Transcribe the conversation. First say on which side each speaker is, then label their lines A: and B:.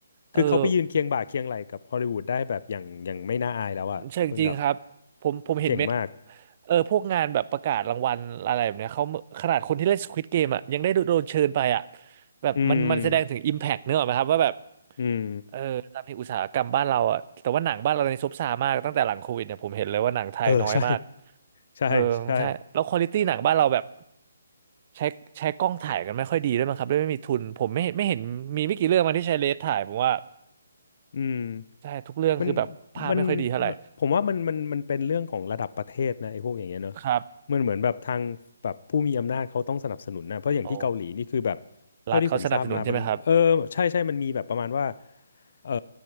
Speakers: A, on the left (about 55°); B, on the right (about 40°).
A: คือเขาไปยืนเคียงบ่าเคียงไหล่กับฮอลลีวูดได้แบบอย่างอย่างไม่น่าอายแล้วอ่ะคุณแบบ
B: เออ ใช่จริงครับผมผมเห็นเม็ด
A: เก่งมาก
B: เออพวกงานแบบประกาศรางวัลอะไรแบบเนี้ยเขาขนาดคนที่เล่น Squid Game อ่ะยังได้โดนเชิญไปอ่ะแบบมันมันแสดงถึง
A: อืม
B: Impact เนกอะไหมครับว่าแบบ
A: อืม
B: เออตามที่อุตสาหกรรมบ้านเราอ่ะแต่ว่าหนังบ้านเราในซบเซามากตั้งแต่หลังโควิดเนี่ยผมเห็นเลยว่าหนังไทยน้อยมาก
A: เออใช่ใช่ใช่
B: เออใช่แล้วควอลิตี้หนังบ้านเราแบบใช้ใช้กล้องถ่ายกันไม่ค่อยดีด้วยมั้งครับด้วยไม่มีทุนผมไม่เห็นไม่เห็นมีไม่กี่เรื่องมาที่ใช้เลนส์ถ่ายผมว่า
A: อืม
B: ใช่ทุกเรื่องคือแบบภาพไม่ค่อยดีเท่าไหร่
A: มันมันมันผมว่ามันมันมันเป็นเรื่องของระดับประเทศนะไอ้พวกอย่างเงี้ยเนอะ
B: ครับ
A: มันเหมือนแบบทางแบบผู้มีอำนาจเขาต้องสนับสนุนนะเพราะอย่างที่เกาหลีนี่คือแบบเท่าที่ผมทราบมาบางเออใช่ใช่มันมีแบบประมาณว่า
B: อ๋อรัฐเขาสนับสนุนใช่ไหมครับ
A: เอ่อ